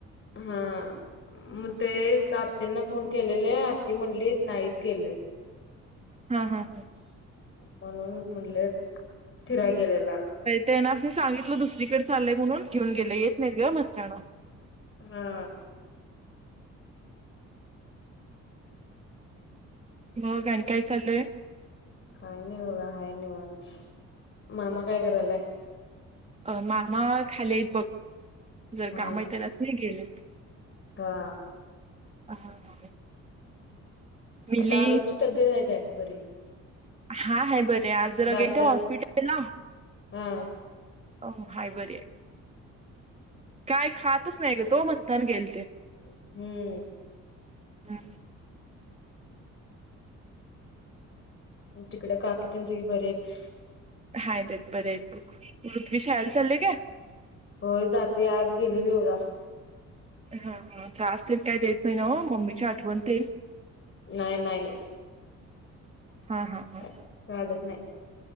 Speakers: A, on the left; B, on the right.
A: हा. म तेच आत्तींना फोन केलेले आत्ती म्हंणली नाहीत गेलेत.
B: हा हा हा.
A: म्हणूनच म्हणटल, फीराय गेलेला.
B: त्यांनास नी सांगितलं दुसरीकडच चालय म्हणून घेऊ गेलो येत नाहीत ग म्हणताना.
A: हा.
B: मग आणि काय चाललय?
A: काय नय बगा हाय निवांत, मामा काय करायलाय?
B: अ मामा खाली बघ. जर
A: हा
B: काम आहे तरच नाही गेल
A: हा
B: ह मिली
A: आता आरूजची तब्येत आहे काय बरी-
B: हा हय बर आज जरा
A: दात
B: गेल का हॉस्पिटल ला-
A: हा
B: अ हाय बरी आहे, काय खातच नाही ग तो म्हणतान गेल ते.
A: हम्म.
B: हम्म.
A: तिकड काकी तेन सगळी बरी हाईत.
B: हायत आहेत बर आहेत बघ, पृथ्वी शाळेला चाललय का?
A: होय जाते आज गेलेली होगा
B: हा हा त्रासतील काही देत नाही ना मम्मीच्या आठवणतील
A: नाही नाही
B: हा हा हा
A: काय काढत नाही